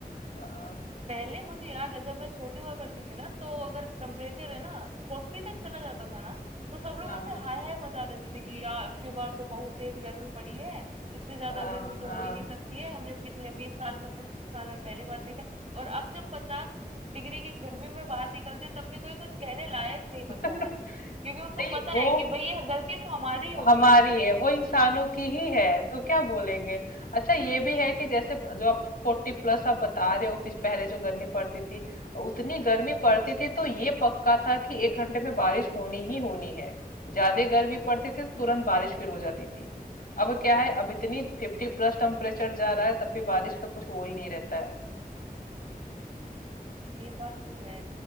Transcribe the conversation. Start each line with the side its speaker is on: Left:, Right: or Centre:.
Left: हाँ
Right: पहले मुझे याद है जब मैं छोटी हुआ करती थी ना तो अगर टेम्परेचर है ना फोर्टी तक चला जाता था ना तो सब लोग
Left: हाँ
Right: ऐसे हाय हाय मचा देते थे कि यार अब की बार तो बहुत तेज गर्मी पड़ी है इससे ज्यादा
Left: हाँ
Right: गर्मी तो
Left: हाँ।
Right: हो ही नहीं सकती है हमने पिछले बीस साल पच्चीस साल में पहली बार देखा और अब जब पचास डिग्री की गर्मी में बाहर निकलते तब भी कोई कुछ कहने लायक नहीं
Left: <laughs>
Right: बचा है
Left: नहीं
Right: क्योंकि उनको पता
Left: वो
Right: है कि भाई ये गलती तो हमारी हो
Left: हमारी
Right: गई है
Left: है वो इंसानों की ही है तो क्या बोलेंगे अच्छा ये भी है कि जैसे जो आप फोर्टी प्लस आप बता रहे हो पिछ- पहले जो गर्मी पड़ती थी उतनी गर्मी पड़ती थी तो ये पक्का था कि एक घंटे में बारिश होनी ही होनी है ज्यादा गर्मी पड़ती थी तो तुरंत बारिश शुरू हो जाती थी अब क्या है अब इतनी फिफ्टी प्लस टेम्परेचर जा रहा है तब भी बारिश का कुछ वो ही नहीं रहता है
Right: ये बात तो है